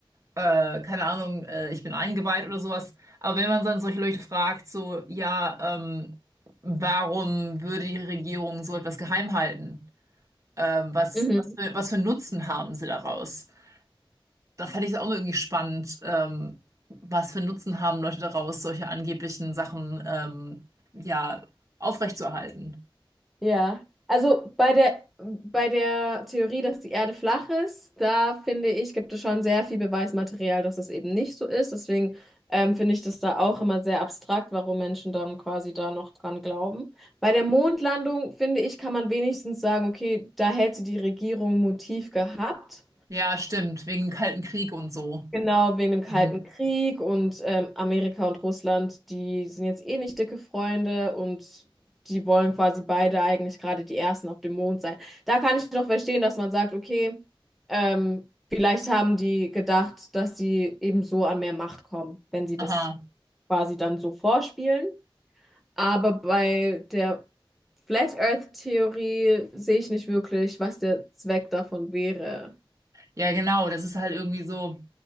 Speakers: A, on the right; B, in the centre.
A: äh, keine Ahnung, äh, ich bin eingeweiht oder sowas. Aber wenn man dann solche Leute fragt, so, ja, ähm, warum würde die Regierung so etwas geheim halten? Ähm, was,
B: Mhm.
A: was für, was für einen Nutzen haben sie daraus? Da fände ich es auch mal irgendwie spannend, ähm, was für einen Nutzen haben Leute daraus, solche angeblichen Sachen, ähm, ja, aufrechtzuerhalten.
B: Ja. Also bei der, bei der Theorie, dass die Erde flach ist, da finde ich, gibt es schon sehr viel Beweismaterial, dass es eben nicht so ist. Deswegen ähm, finde ich das da auch immer sehr abstrakt, warum Menschen dann quasi da noch dran glauben. Bei der Mondlandung, finde ich, kann man wenigstens sagen, okay, da hätte die Regierung ein Motiv gehabt.
A: Ja, stimmt, wegen dem Kalten Krieg und so.
B: Genau, wegen dem Kalten
A: Mhm.
B: Krieg und ähm, Amerika und Russland, die sind jetzt eh nicht dicke Freunde und die wollen quasi beide eigentlich gerade die Ersten auf dem Mond sein. Da kann ich noch verstehen, dass man sagt, okay, ähm, vielleicht haben die gedacht, dass sie eben so an mehr Macht kommen, wenn sie das
A: Aha.
B: quasi dann so vorspielen. Aber bei der Flat Earth Theorie sehe ich nicht wirklich, was der Zweck davon wäre.
A: Ja, genau, das ist halt irgendwie so.